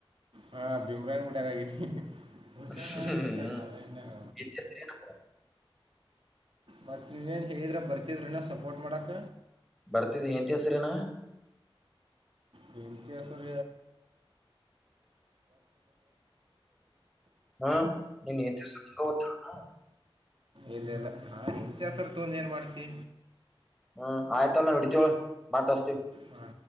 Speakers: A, on the right; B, in the centre.
A: ಹಾ ಭೀಮರಾಯನ್ ಗುಡ್ಯಾಗ ಆಗಿನಿ ಹುಡ್ಸೋಣ
B: ಹ್ಮ್ಮ
A: ಇಲ್ಲೇ
B: ಮ
A: ಕಾಲೇಜ್ನಾಗ
B: <unintelligible>
A: ಮತ್ತ ನೀವೇನು ಹೇಳಿದ್ರೆ ಬರ್ತಿದ್ರನ ಸಪೋರ್ಟ್ ಮಾಡಾಕ
B: ಬರ್ತೀನಿ ಹೆಂಡ್ತಿ ಹೆಸರ ಎನ್
A: ಹೆಂಡ್ತಿ ಹೆಸರ
B: ಹ್ಮ ನೀನ್ ಹೆಂಡ್ತಿರಹೆಸರ ನಿಂಗ ಗೊತ್ತಿಲ್ಲ ಏನ್
A: ಇಲ್ಲ ಇಲಾ ಆ ಹೆಂಡ್ತಿ ಹೆಸರ ತೊಗೊಂಡ ಏನ್ ಮಾಡ್ತಿ
B: ಹ್ಮ್ ಆಯ್ತ್ ಹೇಳು ನಾವ್ ಇಡ್ತೀವಿ ಹೇಳ್ ಮತ್ತು ಹಚ್ತೀವಿ
A: ಹಾ